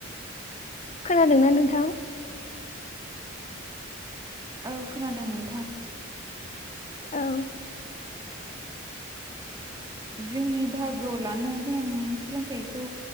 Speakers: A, on the left (about 35°); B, on the right (about 20°).
A: खोनादोंना नोंथां
B: औ खोनादों नोंथां।
A: औ।
B: जिउनि बाहागोआव लानो गोनां सोलोंथाइखौ